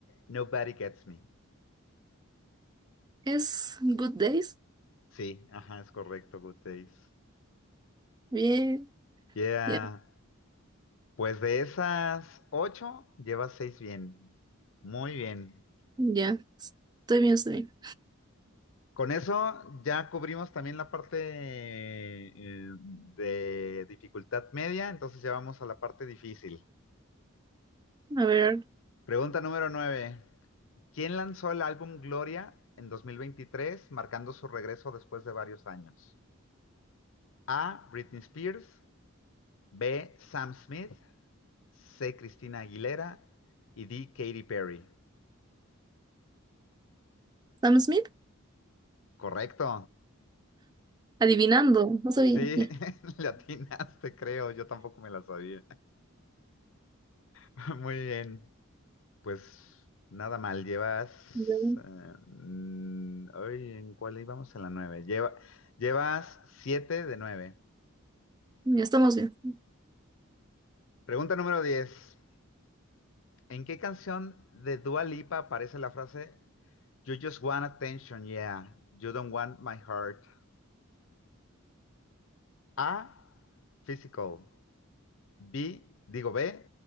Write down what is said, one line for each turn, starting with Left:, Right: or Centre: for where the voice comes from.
Left: Nobody Gets Me.
Right: es Good Days.
Left: Sí, ajá, es correcto, Good Days.
Right: Bien,
Left: Yeah.
Right: ya,
Left: Pues de esas ocho, llevas seis bien. Muy bien.
Right: ya. Estoy bien, estoy bien.
Left: Con eso ya cubrimos también la parte eh, de dificultad media, entonces ya vamos a la parte difícil.
Right: A ver,
Left: Pregunta número nueve. ¿Quién lanzó el álbum Gloria en 2023, marcando su regreso después de varios años? A. Britney Spears. B. Sam Smith. C. Cristina Aguilera y D. Katy Perry.
Right: Sam Smith,
Left: Correcto.
Right: adivinando. No sabía.
Left: Sí,
Right: Ya,
Left: <laughs> le atinaste, creo. Yo tampoco me la sabía. <laughs> Muy bien. Pues nada mal. Llevas.
Right: Ya,
Left: eh, mm, ay, ¿en cuál íbamos? En la nueve. Lleva, llevas siete de nueve.
Right: ya estamos bien.
Left: Pregunta número 10. ¿En qué canción de Dua Lipa aparece la frase You just want attention, yeah. You don't want my heart? A. Physical. B, digo B,